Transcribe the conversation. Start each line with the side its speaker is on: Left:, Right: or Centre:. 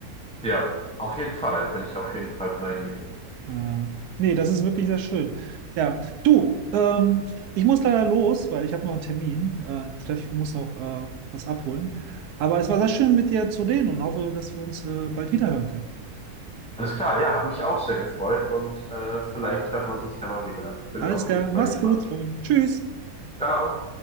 Centre: ja, auf jeden Fall, bin ich auf jeden Fall bei dir.
Right: Ja. Nee, das ist wirklich sehr schön. Ja, du, ähm, ich muss leider los, weil ich habe noch einen Termin, äh, treff, muss noch äh, was abholen. Aber es war sehr schön, mit dir zu reden und hoffe, dass wir uns äh, bald wiederhören können.
Centre: Alles klar, ja, hat mich auch sehr gefreut und äh, vielleicht hört man sich ja mal wieder. Bin
Right: Alles
Centre: auf
Right: klar,
Centre: jeden Fall
Right: mach's
Centre: gespannt.
Right: gut, Robin. Tschüss.
Centre: Ciao.